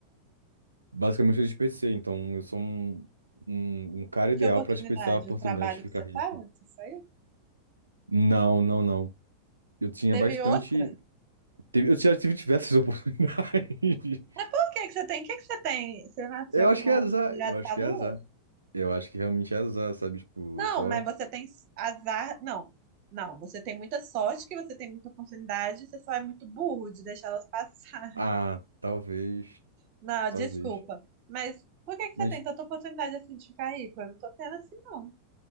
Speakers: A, on the right; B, on the right.
A: Basicamente, eu desperdicei, então eu sou um, um, um cara ideal
B: Que oportunidade?
A: para desperdiçar a oportunidade
B: O trabalho
A: de ficar
B: que você
A: rico.
B: estava? Você saiu?
A: Não, não, não. Eu tinha
B: Teve
A: bastante.
B: outra?
A: teve- Eu já tive diversas <laughs> oportunidades.
B: Mas por que que você tem? O que que você tem? Você nasceu
A: Eu acho
B: com
A: que é azar.
B: virado
A: Eu acho
B: pra
A: que
B: lua?
A: é azar. Eu acho que realmente é azar, sabe? Tipo,
B: Não,
A: eu só.
B: mas você tem azar. Não, não. Você tem muita sorte, que você tem muita oportunidade, você só é muito burro de deixar elas passarem.
A: Ah, talvez.
B: <laughs> Não,
A: Talvez.
B: desculpa. Mas por que que
A: Mas.
B: você tem tanta oportunidade assim de ficar rico? Eu não tô tendo assim, não.